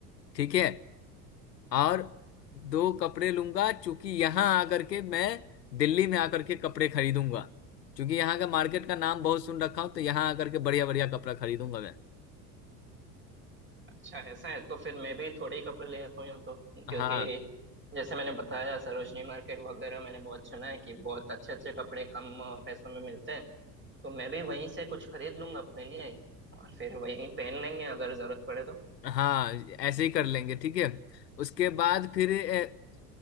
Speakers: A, on the left; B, on the right.
A: ठीक है और दो कपड़े लूंगा चूंकि यहाँ आकर के मैं दिल्ली में आकर के कपड़े खरीदूंगा क्योंकि यहाँ का मार्केट का नाम बहुत सुन रखा हूँ तो यहाँ आकर के बढ़िया बढ़िया कपड़ा खरीदूंगा मैं
B: अच्छा ऐसा है तो फिर मैं भी थोड़े ही कपड़े ले आता हूँ यहाँ तो क्योंकि
A: हाँ
B: जैसे मैंने बताया सरोजनी मार्केट वगैरह मैंने बहुत सुना है कि बहुत अच्छे अच्छे कपड़े कम अ, पैसों में मिलते हैं तो मैं भी वहीं से कुछ खरीद लूंगा अपने लिए और फिर वहीं पहन लेंगे अगर जरूरत पड़े तो
A: हाँ ऐसे ही कर लेंगे ठीक है उसके बाद फिर ए,